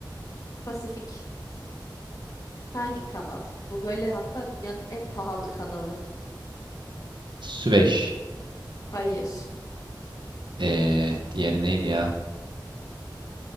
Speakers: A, on the left; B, on the right.
A: Pasifik hangi kanal? Bu böyle hatta dünyanın en pahalı kanalı.
B: Süveyş.
A: Hayır.
B: Ee, diğeri neydi ya?